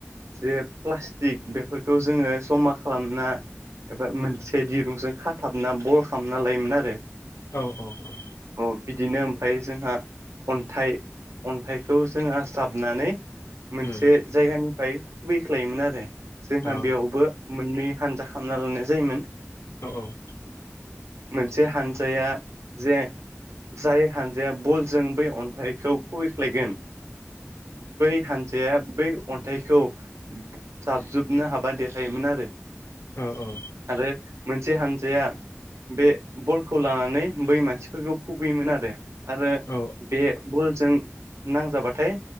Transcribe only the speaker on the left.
औ औ औ।
उम
औ
औ औ।
औ अ
औ